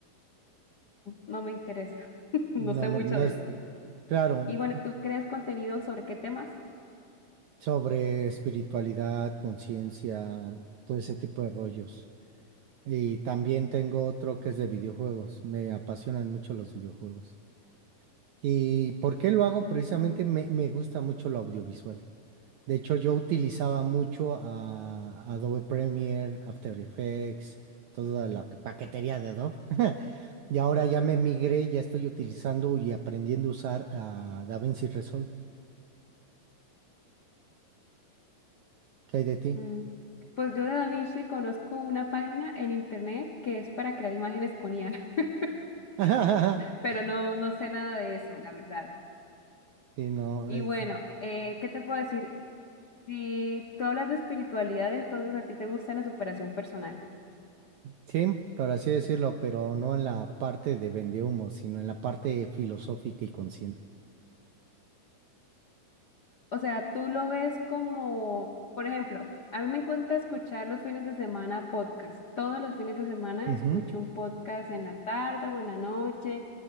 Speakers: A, on the left; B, on the right.
A: no me interesa. <laughs> No
B: No,
A: sé
B: no,
A: mucho
B: no
A: de
B: es
A: eso.
B: claro,
A: Y bueno, ¿y tú creas contenido sobre qué temas?
B: sobre espiritualidad, conciencia, todo ese tipo de rollos. Y también tengo otro que es de videojuegos. Me apasionan mucho los videojuegos. ¿Y por qué lo hago?
A: Mm,
B: Precisamente me, me gusta mucho lo audiovisual. De hecho, yo utilizaba mucho a Adobe Premiere, After Effects, toda la paquetería de Adobe. <laughs> Y ahora ya me migré, ya estoy utilizando y aprendiendo a usar a DaVinci Resolve. ¿Qué hay de ti?
A: mm. Pues yo de Da Vinci conozco una página en internet que es para crear imágenes con IA, <laughs>
B: <laughs>
A: pero no, no sé nada de eso, la verdad.
B: Sí, no,
A: Y
B: es-
A: bueno, eh, ¿qué te puedo decir? Si tú hablas de espiritualidad, entonces a ti te gusta la superación personal.
B: sí, por así decirlo, pero no en la parte de vendehumo, sino en la parte filosófica y consciente.
A: O sea, tú lo ves como, por ejemplo, a mí me encanta escuchar los fines de semana podcast. Todos los fines de semana
B: Ujú.
A: escucho un podcast en la tarde o en la noche.